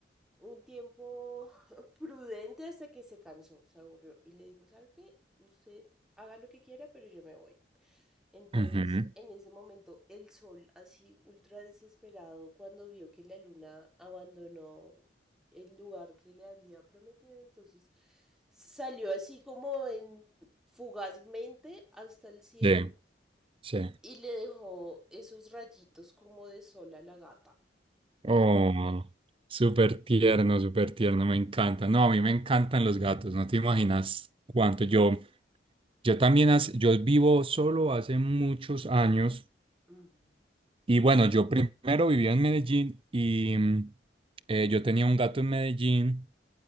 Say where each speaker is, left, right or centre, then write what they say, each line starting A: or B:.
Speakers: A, in the centre; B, on the right (about 30°).
A: un tiempo <laughs> prudente hasta que se cansó, se aburrió y le dijo, ¿sabe qué? Usted haga lo que quiera, pero yo me voy. Entonces,
B: ujú,
A: en ese momento, el sol, así ultra desesperado, cuando vio que la luna abandonó el lugar que le había prometido, entonces salió así como en fugazmente hasta el cielo
B: Sí, sí.
A: y le dejó esos rayitos como de sol a la gata.
B: Oh, súper tierno, súper tierno, me encanta. No, a mí me encantan los gatos, no te imaginas cuánto. Yo, yo también, hace- yo vivo solo hace muchos años
A: Ujú,
B: Y bueno, yo primero vivía en Medellín y mm, eh, yo tenía un gato en Medellín,